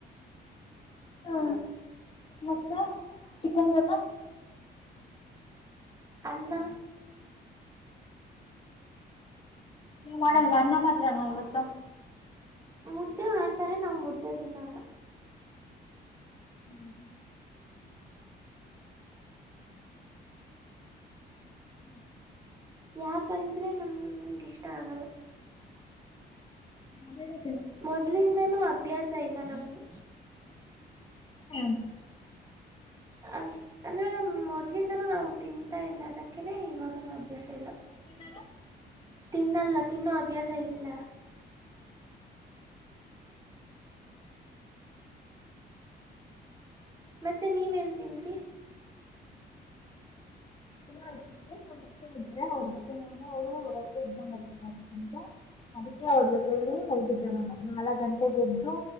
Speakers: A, on the left (about 30°); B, on the right (about 20°).
A: ಹಾ ಮತ್ತ ಚಿಕನ್ ಬೇಕಾ
B: ಅನ್ನ
A: ಇಲ್ಲಾ ಮಾಡೋಲ್ಲ ಅನ್ನ ಮಾತ್ರ ನಾ ಇ ಮತ
B: ಮುದ್ದೆ ಮಾಡ್ತಾರೆ ನಾವು ಮುದ್ದೆ ತಿನ್ನಲ್ಲ
A: ಹೂ ಹೂ ಹ್
B: ಯಾಕಂದ್ರೆ ನಮಗೆ ಇಷ್ಟ ಆಗಲ್ಲ
A: ಮನೆಯಲ್ಲಿ
B: ಮೊದ್ಲಿಂದನೂ ಅಭ್ಯಾಸ ಇಲ್ಲ ನಮ್ಗೆ
A: ಹ್
B: ಅ ಅಂದೆ ಮೊದ್ಲಿಂದನೂ ನಾವು ತಿಂತಾಯಿಲ್ಲ ಅದಕ್ಕನೆ ಇವಾಗನೂ ಅಭ್ಯಾಸ ಇಲ್ಲ
A: ಮತ್ತೆನು
B: ತಿನ್ನಲ್ಲ ತಿನ್ನ ಅಭ್ಯಾಸ ಇಲ್ಲ ಮತ್ತೆ ನೀವೇನ್ ತಿಂದ್ರಿ
A: ಏನಾಯ್ತು ಅಂತೆೆ ಒಂದತ್ತೆ ಇದ್ದಾರೆ ಅವ್ರ ಜೊತೆ ನಾನು ಅವರು ರೈತ ಇದ್ದ ಬರ್ಬೇಕಾಗಿ್ತ ಅಂತ ಅದಕ್ಕೆ ಅವ್ರ ಜೊತೆ ಇದ ಹೋಗಿದ್ದೆ ನಾನು ನಾಲ್ಕ್ ಗಂಟೆಗೆದ್ದು